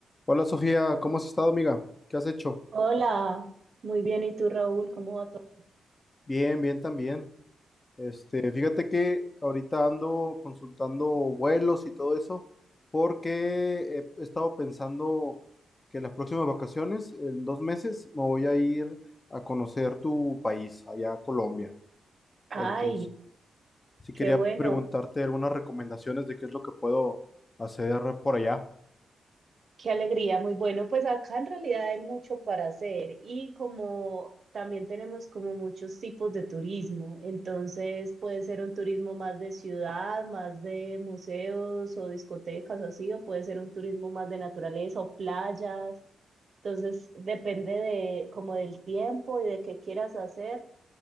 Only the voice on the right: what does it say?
Hola, muy bien. ¿Y tú, Raúl? ¿Cómo va todo?
Ay,
qué
bueno,
qué alegría, muy bueno. Pues acá en realidad hay mucho para hacer y como también tenemos como muchos tipos de turismo, entonces puede ser un turismo más de ciudad, más de museos o discotecas o así, o puede ser un turismo más de naturaleza o playas. Entonces depende de como del tiempo y de qué quieras hacer,